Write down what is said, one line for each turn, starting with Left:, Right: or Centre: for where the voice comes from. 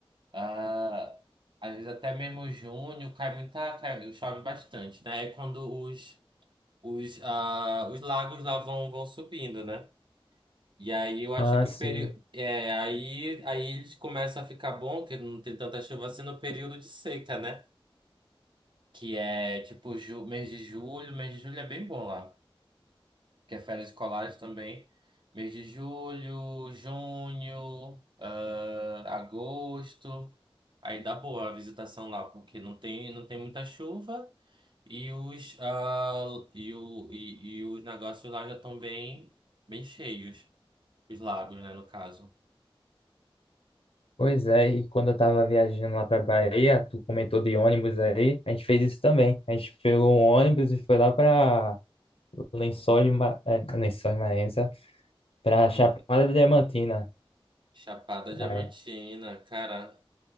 Right: ah, às vezes até mesmo junho, cai muita, cai- chove bastante, né? É quando os, os, ah, os lagos lá vão, vão subindo, né? E aí eu acho
Left: Ah,
Right: que
Left: sim.
Right: o período. É, aí, aí eles começam a ficar bom, que não tem tanta chuva assim no período de seca, né? Que é tipo ju- mês de julho, mês de julho é bem bom lá. que é férias escolares também. Mês de julho, junho, ah, agosto. Aí dá boa a visitação lá, porque não tem, não tem muita chuva e os, ah, e, o, e, e os negócios lá já estão bem, bem cheios. Os lagos, né, no caso.
Left: Pois é, e quando eu tava viajando lá pra Bahia, tu comentou de ônibus aí, a gente fez isso também. A gente pegou um ônibus e foi lá pra Lençóis, Ma... é, Lençóis Maranhenses, ó, pra
Right: <laughs>
Left: Chapada Diamantina.
Right: Chapada Diamantina,
Left: Ai,
Right: cara.